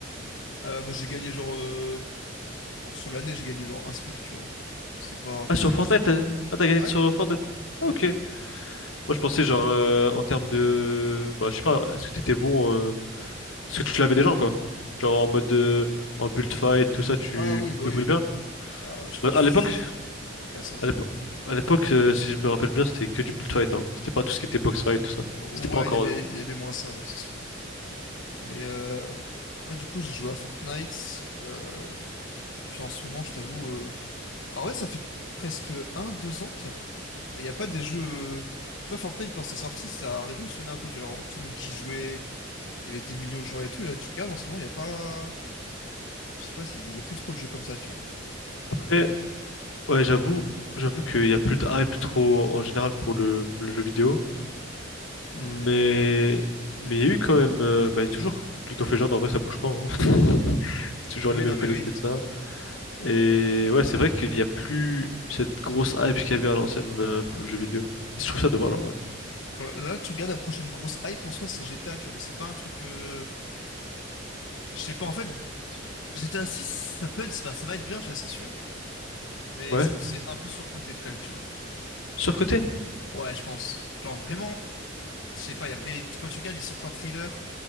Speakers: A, on the left (about 70°); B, on the left (about 80°).
A: Euh, bah, j'ai gagné genre, euh, genre sur l'année, j'ai gagné genre un SMIC, tu vois. C'est pas... Enfin,
B: Ah, sur
A: c'est...
B: Fortnite?
A: c'est-
B: t'as- Ah, t'as gagné
A: Ouais?
B: sur Fortnite? Ah,
A: Ouais?
B: ok. Moi, je pensais, genre, euh, en termes de. Bah, je sais pas, est-ce que t'étais bon? Est-ce que tu l'avais déjà, quoi? Genre en mode de, en build fight, tout ça, tu,
A: Ah oui,
B: tu
A: bah
B: te débrouilles
A: oui.
B: bien?
A: Ah, je,
B: Parce
A: je, je-
B: que à l'époque,
A: je peux qu'à ça, hein.
B: à l'époque, à l'époque, euh, si je me rappelle bien, c'était que du build fight, hein. C'était pas tout ce qui était box fight, tout ça.
A: Ouais,
B: C'était pas encore.
A: il y avait, il y avait moins ça, ouais, c'est sûr. Mais euh, ouais, du coup, j'ai joué à Fortnite. euh, puis en ce moment, je t'avoue. euh, En vrai, ça fait presque un, deux ans qu'il n'y a... bah, il y a pas des jeux. Tu vois, Fortnite, quand c'est sorti, ça a révolutionné un peu. Tu vois, vraiment tout le monde qui jouait. Il y avait des millions de joueurs et tout. Et là, tu regardes en ce moment, il n'y a pas. Je sais pas, s'il y a il y a plus trop de jeux comme ça, tu vois.
B: Après, ouais, j'avoue, j'avoue qu'il y a plus de hype trop en général pour le, pour le jeu vidéo. Mais mais il y a eu quand même, euh, bah, il y a toujours League of Legends en vrai ça bouge pas. hein. <laughs> C'est toujours
A: Oui,
B: les mêmes
A: non, mais
B: connectés
A: oui.
B: de ça. Et ouais, c'est vrai qu'il n'y a plus cette grosse hype qu'il y avait à l'ancienne euh, pour le jeu vidéo. Et Je trouve ça dommage en vrai.
A: Genre, là, tu regardes la prochaine grosse hype en soi, c'est GTA, tu vois. Mais c'est pas un truc. euh, Je sais pas, en fait, GTA 6, ça peut être... bah, ça va être bien, tu vois, c'est sûr. Mais
B: Ouais.
A: je trouve que c'est un peu surcoté quand même, tu vois.
B: Surcoté?
A: Ouais, je pense. Genre vraiment, je sais pas, il y a vrai, quand tu regardes, ils sortent un trailer,